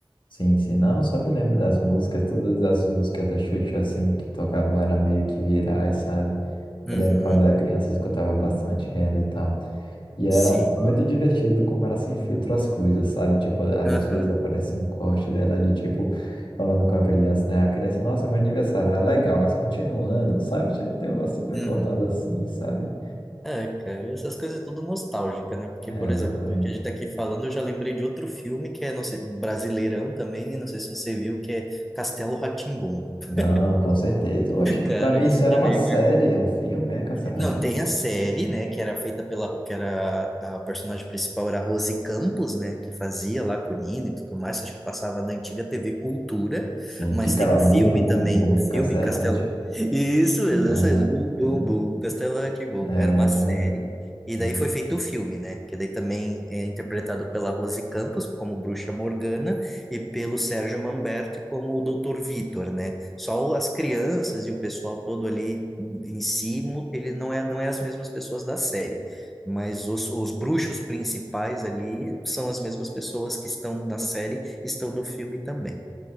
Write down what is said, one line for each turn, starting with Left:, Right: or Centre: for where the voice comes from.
Left: Sim, sim, não, eu só me lembro das músicas, todas as músicas da Xuxa, assim, que tocavam era meio que virais, sabe? Me
Centre: Uhum,
Left: lembro quando era criança, eu escutava bastante ela e tal. E era
Centre: sim.
Left: muito divertido como era sem filtro as coisas, sabe? Tipo, às
Centre: Aham,
Left: vezes aparecia um corte dela de tipo, falando com a criança, né? A criança, nossa, meu aniversário era legal, mas continuando, sabe? Tinha que ter uma super
Centre: uhum.
Left: cortada assim, sabe?
Centre: É, cara, essas coisas é tudo nostálgica, né? Porque,
Left: É,
Centre: por
Left: exatamente.
Centre: exemplo, o que a gente tá aqui falando, eu já lembrei de outro filme que é, não sei, brasileirão também, não sei se você viu, que é Castelo rá <laughs>
Left: Não, com certeza. Oxe,
Centre: Cara,
Left: pra mim
Centre: esse
Left: isso era
Centre: também
Left: uma série,
Centre: é
Left: é um filme, é Castelo rá
Centre: Não,
Left: tim
Centre: tem a série, né, que era feita pela, Ro- que era a, a personagem principal era a Rose Campos, né, que fazia lá com o Nino e tudo mais, acho que passava na antiga TV Cultura,
Left: Sim,
Centre: mas
Left: que ficava
Centre: tem o
Left: bum,
Centre: filme
Left: bum,
Centre: também,
Left: bum,
Centre: o filme
Left: castelo,
Centre: Castelo.
Left: rá-tim.
Centre: Isso mesmo,
Left: Aham,
Centre: isso mesmo, bum, bum,
Left: aham.
Centre: bum, Castelo rá tim
Left: É,
Centre: era uma
Left: eu
Centre: série,
Left: lembro.
Centre: e
Left: uhum.
Centre: daí foi feito o filme, né, que daí também é interpretado pela Rose Campos como Bruxa Morgana e pelo Sérgio Manberti como o Doutor Vitor, né, só as crianças e o pessoal todo ali em si, mu- ele não é, não é as mesmas pessoas da série. Mas os, os bruxos principais ali são as mesmas pessoas que estão na série, estão no filme também.